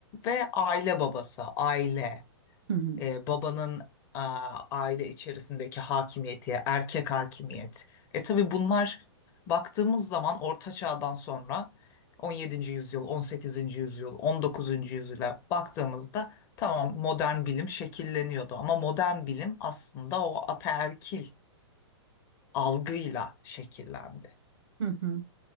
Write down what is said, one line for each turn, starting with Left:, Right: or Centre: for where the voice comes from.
Left: Ve aile babası, aile,
Right: hı hı,
Left: e, babanın a, aile içerisindeki hakimiyeti, erkek hakimiyet. E tabii bunlar baktığımız zaman Orta Çağ'dan sonra 17. yüzyıl, 18. yüzyıl, 19. yüzyıla baktığımızda tamam modern bilim şekilleniyordu ama modern bilim aslında o ataerkil algıyla şekillendi.
Right: hı hı, hı hı.